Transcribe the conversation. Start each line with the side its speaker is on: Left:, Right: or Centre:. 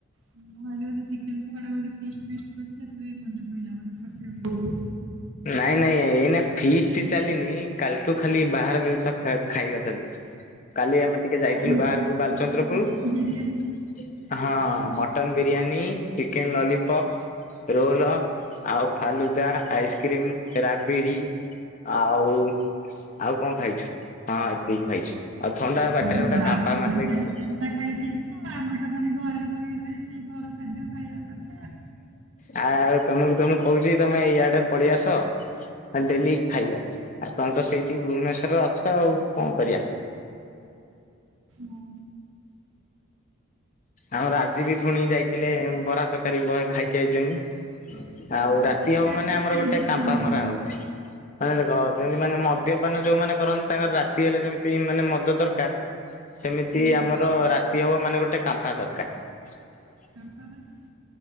Right: <unintelligible> ଚିକେନ ପକଡା ବୋଧେ ଫିଷ୍ଟ ଫିଷ୍ଟ କରିଛ ସେଇଥିପାଇଁ ମନେପଇଲା ମୋ କଥା ବୋଲି।
Left: ନାଇଁ ନାଇଁ ଏଇନା ଫିଷ୍ଟ ଚାଲିନି କାଲିଠୁ ଖାଲି ବାହାର ଜିନିଷ ଖାଇବା ଚାଲିଛି। କାଲି ଆମେ ଟିକେ ଯାଇଥିଲୁ
Right: କଣ
Left: ବାହାରକୁ ବାଲଚନ୍ଦ୍ରପୁର।
Right: ମୋମୋ ବିରିୟାନୀ
Left: ହଁ
Right: ଏଇଆକୁ।
Left: Mutton biryani, chicken lollipop, roll. ଆଉ ଫାଲୁଦା, ଆଇସ୍କ୍ରିମ, ରାବିଡ଼ି ଆଉ ଆଉ କଣ ଖାଇଛୁ? ହଁ ଏତିକି ଖାଇଛୁ। ଆଉ ଥଣ୍ଡା ବାଟରେ
Right: ଆରେ
Left: ଗୋଟେ
Right: ବାପରେ
Left: କାମ୍ପା ମାରିଦେଇକି
Right: ତମେ ତ ଏତେ
Left: ଆଇଲି।
Right: କଥା ଖାଇ ଦେଇଛୁ ଆମେ ତା ଖାଲି ଘରେ ରହି ରହି ସେଇ ଘର ଖାଦ୍ୟ ଖାଇବା କ
Left: ଆଉ ତମକୁ ତମକୁ କହୁଛି ତମେ ଇଆଡେ ପଳେଇ ଆସ। ଡେଲି ଖାଇବା ଆପଣ ତ ସେଇଠି ଭୁବନେଶ୍ଵରରେ ଅଛ ଆଉ କଣ କରିବା।
Right: ହୁଁ
Left: ଆମର ଆଜି ବି ପୁଣି ଯାଇଥିଲେ ବରା ତରକାରୀ ବହେ ଖାଇକି ଆଇଛନ୍ତି। ଆଉ
Right: ହଉ
Left: ରାତି
Right: ଏକା
Left: ହବ ମାନେ
Right: ଏକା
Left: ଆମର
Right: ଖାଇଦିଅ
Left: ଗୋଟେ କାମ୍ପା
Right: ଆଉ
Left: ମରା ହଉଛି। ମାନେ ଦେଖ ଯେମିତି ମାନେ ମଦ୍ୟପାନ ଯୋଉମାନେ କରନ୍ତି ତାଙ୍କର ରାତି ହେଲେ ଯେମିତି ମାନେ ମଦ ଦରକାର ସେମିତି
Right: ହଁ।
Left: ଆମର ରାତି ହବ ମାନେ ଗୋଟେ କାମ୍ପା ଦରକାର।
Right: କ <unintelligible>